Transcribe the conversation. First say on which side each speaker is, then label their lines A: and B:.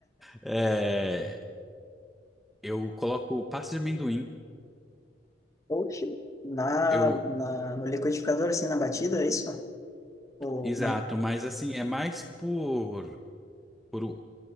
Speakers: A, in the centre; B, on the left.
A: É, eu coloco pasta de amendoim.
B: Oxi. Na,
A: Eu,
B: na, no liquidificador, assim, na batida, é isso? Ou,
A: exato,
B: não?
A: mas assim, é mais por. Por,